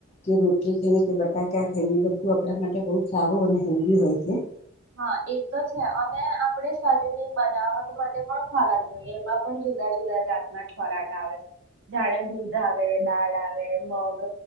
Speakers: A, on the left (about 30°); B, on the right (about 70°).
A: કે રોટલી ખાઈએ કે બટાકા ખાઈએ તો તું આપણા માટે બહુ સારું અને હેલ્ધી હોય છે.
B: હા, એ તો છે અને આપણે શરીની બનાવટ માટે પણ ખોરાક જોઈએ એમાં પણ જુદા જુદા જાતના ખોરાક આવે છે જાણે દૂધ આવે દાળ આવે મગ,